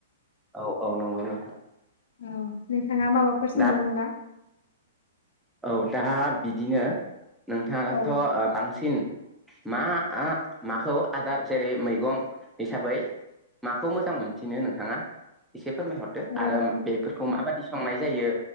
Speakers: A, in the centre; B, on the left (about 65°).
A: औ औ नंगौ नोंथां
B: औ नोंथाङा माबाफोर सोंबावगोना?
A: दा औ दा बिदिनो नोंथाङाथ
B: औ
A: ओ बांसिन मा माखौ आदार जेरै मैगं हिसाबै माखौ मोजां मोनसिनो नोंथाङा एसे? फोरमायहरदो
B: ओ
A: आरो बेफोरखौ माबादि संनाय जायो